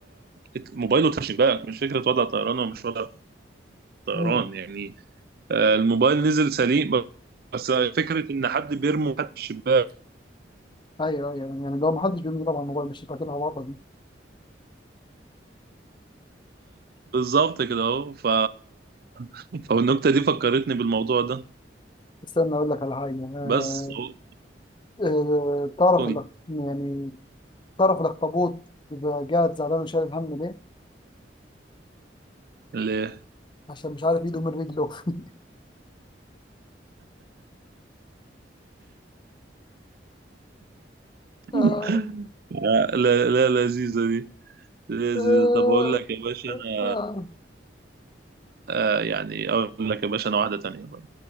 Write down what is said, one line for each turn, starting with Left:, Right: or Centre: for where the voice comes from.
Right: ات- موبايله تحت الشباك مش فكره وضع طيران ولا مش وضع طيران
Left: امم
Right: يعني الموبايل نزل سليم بس فكره ان حد بيرمي حد من الشباك
Left: ايوه ايوه يعني لو ما حدش بيملي طبعا الموبايل مش هيبقى كده الوضع دي
Right: بالظبط كده اهو ف <laughs> فالنكته دي فكرتني بالموضوع ده
Left: استنى اقول لك على حاجه آه
Right: بس اهو
Left: آه تعرف
Right: قول
Left: الأخ- يعني تعرف الاخطبوط بيبقى قاعد زعلان وشايل الهم ليه؟
Right: ليه
Left: عشان مش عارف ايده من رجله <laughs>
Right: لا <laughs>
Left: آه
Right: لا لا، لذيذه دي لذيذه
Left: آه آه
Right: طب اقول لك يا باشا انا
Left: آه
Right: آه يعني اقول لك يا باشا انا واحده تانية طيب